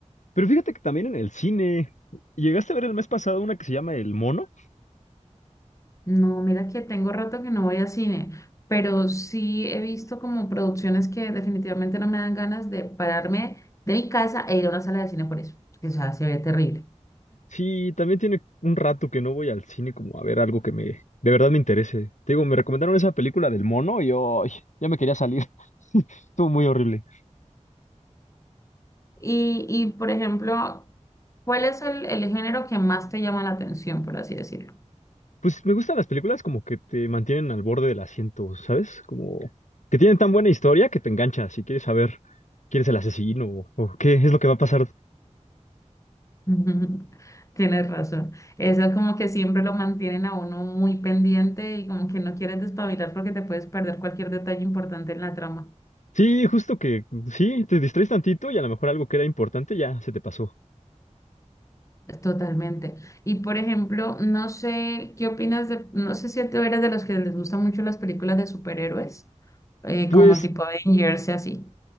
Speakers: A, on the left (about 70°); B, on the left (about 25°).
A: pero fíjate que también en el cine... ¿Llegaste a ver el mes pasado una que se llama El Mono?
B: No, mira que tengo rato que no voy a cine, pero sí he visto como producciones que definitivamente no me dan ganas de pararme de mi casa e ir a una sala de cine por eso, que o sea, se ve terrible.
A: Sí, también tiene un rato que no voy al cine como a ver algo que me de verdad me interese. Te digo, me recomendaron esa película del mono y yo ay, ya me quería salir. <laughs> Estuvo muy horrible.
B: Y, y por ejemplo, ¿cuál es el, el género que más te llama la atención, por así decirlo?
A: Pues me gustan las películas como que te mantienen al borde del asiento, ¿sabes? Como que tienen tan buena historia que te enganchas si quieres saber quién es el asesino o, o qué es lo que va a pasar.
B: <laughs> Ujú, Tienes razón. Eso como que siempre lo mantienen a uno muy pendiente y como que no quieres despabilar porque te puedes perder cualquier detalle importante en la trama.
A: Sí, justo que sí, te distraes tantito y a lo mejor algo que era importante ya se te pasó.
B: Totalmente. Y por ejemplo, no sé qué opinas de, no sé si tú eres de los que les gustan mucho las películas de superhéroes, eh,
A: Pues
B: como tipo Avengers y así.